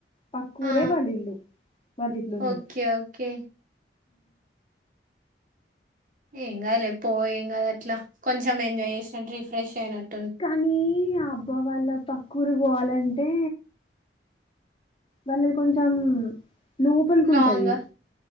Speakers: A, on the left; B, on the right.
A: పక్కూరే
B: ఆ!
A: వాళ్ళ ఇల్లు వాళ్ళ ఇల్లులున్నాయి
B: ఓకే. ఓకే. ఏం కాలే పో ఏం కాదు అట్లా కొంచెం ఎంజాయ్ చేసినట్టు రిఫ్రెష్ అయినట్
A: కానీ ఆ అబ్బా వాళ్ళ పక్కుఊరు పోవాలంటే వాళ్ళది కొంచం లోపలికి
B: లాంగా?
A: ఉంటంది